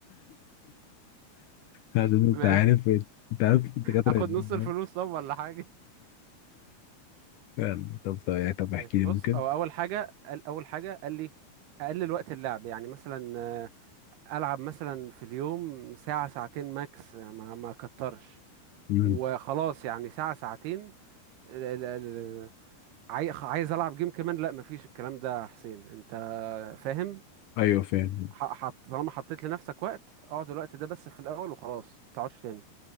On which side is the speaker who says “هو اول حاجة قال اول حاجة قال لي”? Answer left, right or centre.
Right